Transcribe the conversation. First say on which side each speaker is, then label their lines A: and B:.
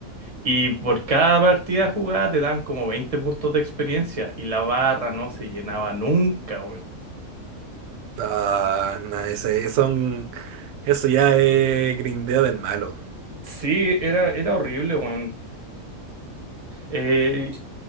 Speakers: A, on the right; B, on the right.
A: Y por cada partida jugada te dan como 20 puntos de experiencia y la barra no se llenaba nunca, weón.
B: ah, no, ese, eso, un- eso ya es grindeo del malo.
A: Sí, era, era horrible, weón. Eh,